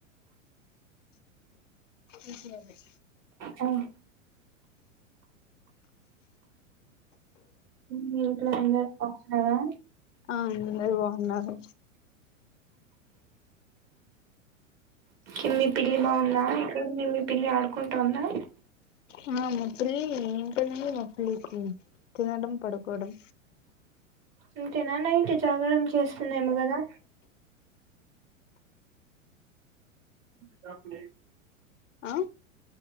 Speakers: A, on the left; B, on the right.
A: ఇంకేంది
B: అ ఓ మీ ఇంట్లో అందరూ బాగున్నారా
A: ఆ అందరు బాగున్నారు
B: ఉ మీ పిల్లి బాగుందా ఇక్కడ మే మీ పిల్లి ఆడుకుంటా ఉందా
A: ఆ మా పిల్లి ఏం పనండి మా పిల్లికి తినడం పడుకోవడం
B: అంతేనానా నైట్ జాగరణ చేస్తున్నామో కదా చప్పుడే
A: ఆ